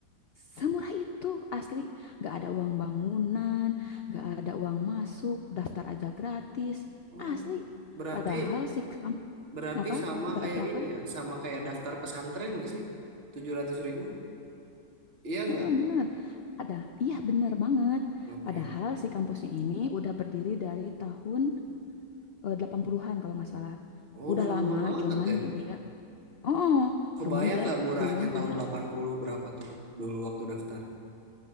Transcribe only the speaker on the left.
Semurah itu asli, gak ada uang bangunan, gak ada uang masuk, daftar aja gratis,
asli.
Padahal si kam-
apa
berarti
apa?
Heeh, Bener, ada. Iya, bener banget.
Padahal si kampusnya ini udah berdiri dari tahun eh, 80-an kalau nggak salah.
Udah
lama,
cuman
dia, oh,
cuman dia
belum punya,